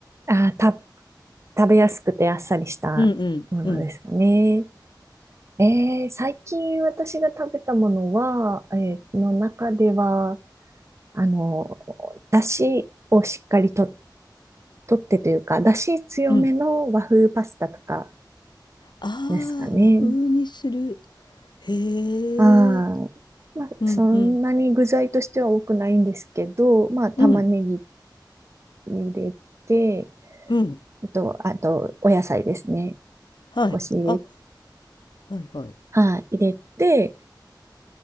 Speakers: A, on the right (about 40°); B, on the left (about 75°).
A: ああ、た、食べやすくてあっさりしたものですかね。
B: うんうんうん
A: えー、最近私が食べたものは、えーの中では、あの、だしをしっかりと、とってというか、だし強めの和風パスタとか
B: うん。ああ、
A: ですかね。
B: 和風にする。へえ。
A: ああまあ、
B: うんうん
A: そんなに具材としては多くないんですけど、まあ、玉ねぎ
B: うん
A: 入れて、
B: うん。
A: あと、あと、お野菜ですね。
B: はい。
A: 少し入れ、
B: あ、はいはい。
A: はい、入れて、